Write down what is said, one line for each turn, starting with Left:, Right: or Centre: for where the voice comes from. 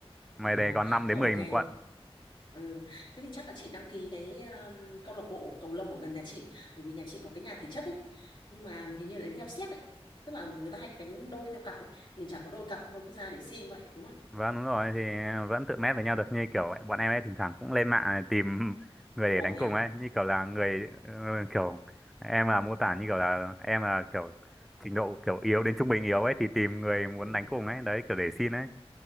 Centre: mày
Left: à,
Centre: đấy còn năm
Left: Rồi
Centre: đến
Left: ok
Centre: mười nghìn một cuộn
Left: ừ. Thế thì chắc là chị đăng ký cái um, câu lạc bộ cầu lông ở gần nhà chị Bởi vì nhà chị có cái nhà thể chất ấy Nhưng mà thì như là đánh theo séc ấy Tức là người ta hay đánh đôi theo cặp ấy Mình chả có đôi cặp thôi cứ ra để xin vậy đúng không
Centre: Vâng đúng rồi thì vẫn tự mét với nhau được như kiểu bọn em ấy thỉnh thoảng cũng lên mạng tìm <laughs> người để
Left: Ồ
Centre: đánh
Left: thế
Centre: cùng
Left: à
Centre: ấy như kiểu là người ờ, kiểu em là mô tả như kiểu là em là kiểu trình độ kiểu yếu đến trung bình yếu ấy thì tìm người muốn
Left: ừ.
Centre: đánh cùng ấy đấy kiểu để xin ấy